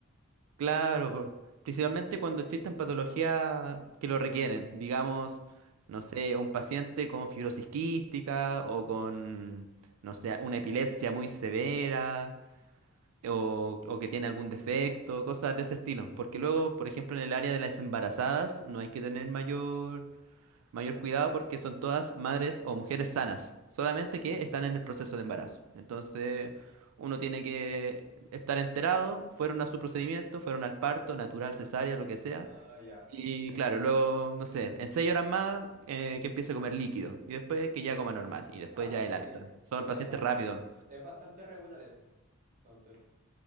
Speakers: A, on the right; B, on the right.
A: Claro, por- principalmente cuando existen patologías que lo requieren, digamos, no sé, un paciente con fibrosis quística o con, no sé, una epilepsia muy severa o, o que tiene algún defecto, cosas de ese estilo. Porque luego, por ejemplo, en el área de las embarazadas no hay que tener mayor mayor cuidado porque son todas madres o mujeres sanas, solamente que están en el proceso de embarazo. Entonces, uno tiene que estar enterado, fueron a su procedimiento, fueron al parto, natural, cesárea, lo que sea.
B: Ah, ya,
A: Y
B: entiendo.
A: claro, luego, no sé, en seis horas más eh, que empiece a comer líquido y después que ya coma normal y después
B: Ah,
A: ya el
B: ok.
A: alta. Son
B: Es
A: pacientes
B: bastante,
A: rápidos.
B: es bastante regular eso. Entonces,